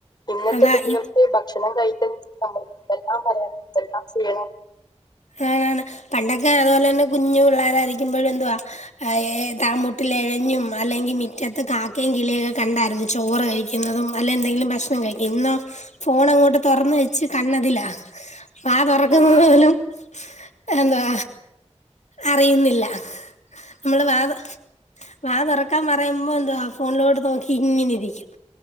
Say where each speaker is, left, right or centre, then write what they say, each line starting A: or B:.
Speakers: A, on the left; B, on the left.
A: ഇന്നത്തെ
B: അതാ
A: കുട്ടികൾക്ക് ഭക്ഷണം കഴിക്കുന്ന നമ്മൾ ഇതെല്ലാം പറയണം എതെല്ലാം ചെയ്യണം
B: ആണ് ആണ് പണ്ടൊക്കെ അതുപോലെ തന്നെ കുഞ്ഞു പിള്ളേരയിരിക്കുമ്പോ എന്തുവാ ഏഹ് താമൂട്ടിൽ ഇഴഞ്ഞും അല്ലെങ്കിൽ മിറ്റത്ത് കാക്കയും കിളിയൊ ഒക്കെ കണ്ടായിരുന്നു ചോറ് കഴി ക്കുന്നതും അല്ല എന്തെങ്കിലും ഭക്ഷണം കഴിക്ക ഇന്നോ ഫോൺ അങ്ങോട്ട് തുറന്ന വെച്ച് കണതില വാ തുറക്കുന്നത്
A: ആഹ്
B: പോലും എന്താ അറിയുന്നില്ല നമ്മള് വ തോ വ തുറക്കാൻ പറയുമ്പോ എന്തുവാ ഫോണിലോട്ട് നോക്കി ഇങ്ങനെ ഇരിക്കും